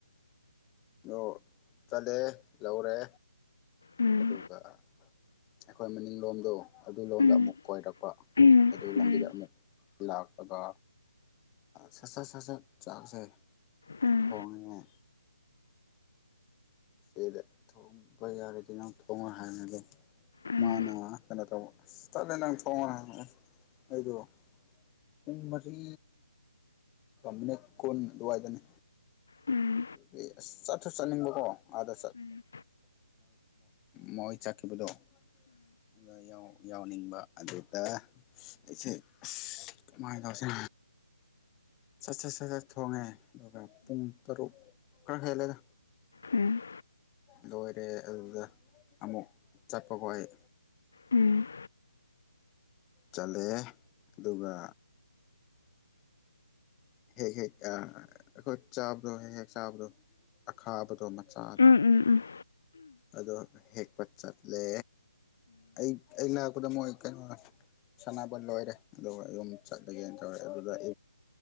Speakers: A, on the left (about 15°); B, on the left (about 60°).
A: ꯅ ꯆꯠꯂꯦ ꯂꯧꯔꯦ
B: ꯎꯝ
A: ꯑꯗꯨꯒ ꯑꯩꯈꯣꯏ ꯃꯅꯤꯡꯂꯣꯝꯗꯣ ꯑꯗꯨ ꯂꯣꯝꯗ
B: ꯎꯝ
A: ꯑꯃꯨꯛ ꯀꯣꯏꯔꯛꯄ
B: ꯎꯝ
A: ꯑꯗꯨ
B: ꯎꯝ
A: ꯂꯝꯕꯤꯗ ꯑꯃꯨꯛ ꯂꯥꯛꯂꯒ ꯁꯠ ꯁꯠ ꯁꯠ ꯁꯠ ꯆꯥꯛꯁꯦ
B: ꯎꯝ
A: ꯊꯣꯡꯉꯤꯦ ꯏꯆꯦꯗ ꯊꯣꯡꯕ ꯌꯥꯔꯗꯤ ꯅꯪ ꯊꯣꯡꯉꯣꯏ ꯍꯥꯏꯅꯒꯦ
B: ꯎꯝ
A: ꯃꯥꯅ ꯀꯩꯅꯣ ꯇꯧꯕ ꯆꯠꯂ ꯅꯪ ꯊꯣꯡꯉ ꯍꯥꯏꯦ ꯑꯩꯗꯣ ꯄꯨꯡ ꯃꯔꯤ ꯃꯤꯅꯤꯠ ꯀꯨꯟ ꯑꯗꯨꯋꯥꯏꯗꯅꯤ
B: ꯎꯝ
A: ꯑꯗꯨꯗꯤ ꯑꯁ ꯆꯠꯊ ꯆꯠꯅꯤꯡꯕꯀꯣ ꯑꯥꯗ
B: ꯎꯝ
A: ꯃꯣꯏ ꯆꯠꯈꯤꯕꯗꯣ ꯑꯗꯨꯗ ꯌꯥꯎꯅꯤꯡꯕ ꯑꯗꯨꯗ ꯑꯩꯁꯦ ꯑꯁ ꯀꯃꯥꯏꯅ ꯇꯧꯁꯤ ꯁꯠ ꯁꯠ ꯁꯠ ꯆꯠ ꯊꯣꯡꯉꯦ ꯑꯗꯨꯒ ꯄꯨꯡ ꯇꯔꯨꯛ ꯈꯔ ꯈꯦ ꯂꯩꯅ
B: ꯎꯝ
A: ꯂꯣꯏꯔꯦ ꯑꯗꯨꯗ ꯑꯃꯨꯛ ꯆꯠꯄ ꯈꯣꯠ ꯑꯩ
B: ꯎꯝ
A: ꯆꯠꯂꯑꯦ ꯑꯗꯨꯒ ꯍꯦꯛ ꯍꯦꯛ ꯑꯩꯈꯣꯏ ꯆꯥꯕꯗꯣ ꯍꯦꯛ ꯍꯦꯛ ꯆꯥꯕꯗꯣ ꯑꯈꯥꯕꯗꯣ ꯃꯆꯥꯗꯣ
B: ꯎꯝ ꯎꯝ ꯎꯝ
A: ꯑꯗꯣ ꯍꯦꯛꯄ ꯆꯠꯂꯦ ꯑꯩ ꯑ ꯂꯥꯛꯛꯄꯗ ꯃꯣꯏ ꯀꯩꯅꯣ ꯁꯥꯟꯅꯕ ꯂꯣꯏꯔꯦ ꯑꯗꯨꯒ ꯌꯨꯝ ꯆꯠꯂꯒꯦꯅ ꯇꯧꯔꯛꯑꯦ ꯑꯗꯨꯗ